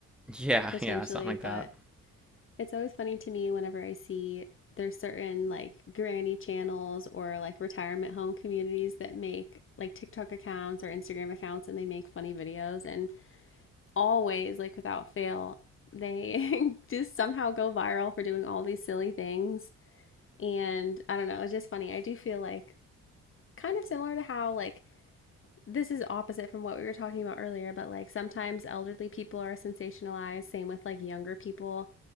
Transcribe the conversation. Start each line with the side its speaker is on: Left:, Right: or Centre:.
Centre: <laughs> yeah
Left: potentially
Centre: yeah something like
Left: but
Centre: that.
Left: it's always funny to me whenever i see there's certain like granny channels or like retirement home communities that make like TikTok accounts or Instagram accounts and they make funny videos and always, like without fail, they <laughs> just somehow go viral for doing all these silly things. And I don't know, it's just funny. I do feel like kind of similar to how, like, this is opposite from what we were talking about earlier, but like sometimes elderly people are sensationalized, same with like younger people